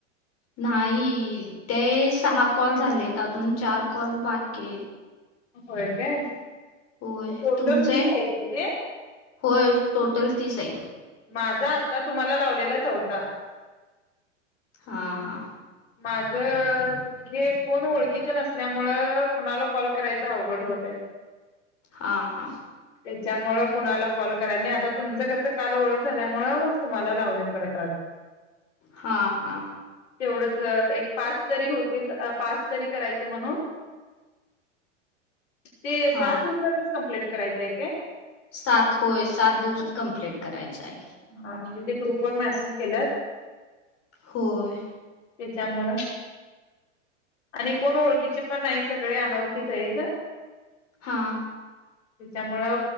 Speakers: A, on the left; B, on the left.
A: नाही ते सहा कॉल झालेत अजून चार कॉल बाकी आहेत
B: होय काय.
A: होय
B: टोटल
A: तुमचे?
B: तीन आहेत ना ते
A: होय टोटल तीस आहेत.
B: माझा आत्ता तुम्हाला लावलेला चौथा.
A: हा हा
B: माझ हे कोण ओळखीच नसल्यामुळ कोणाला कॉल करायच अवघड होतय.
A: हा हा-
B: त्याच्यामु कुणाला कॉल कराय नाही आता तुमचं कसं काल ओळख झाल्यामुळ तुम्हाला लावलय परत आज.
A: हा हा
B: तेवढंच एक पाच जरी होतील पाच तरी करायचं म्हणून ते
A: हा
B: सात दिवसातच कमप्लीट करायचंय काय.
A: सात होय सात दिवस कमप्लीट करायचं आहे.
B: हा म्हणजे ते ग्रुप वर मेसेज केलात.
A: होय.
B: त्याच्यामुळ. आणि कोण ओळखीचे पण नाही सगळे अनोळखीच आहेत.
A: हां
B: त्याच्यामुळे